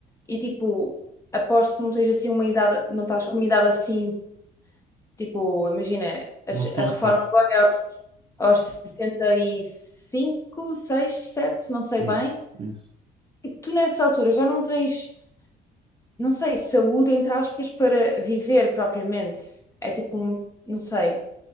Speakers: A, on the left; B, on the right.
A: E tipo, aposto que não tens assim uma idade, não estás com uma idade assim, tipo, imagina, as-
B: Não estou
A: a,
B: um
A: reforma
B: bocado.
A: agora é aos, aos 65 6 7 não sei
B: Isso,
A: bem.
B: isso.
A: Tu nessa altura já não tens, não sei, saúde, entre aspas, para viver propriamente. É tipo um, não sei.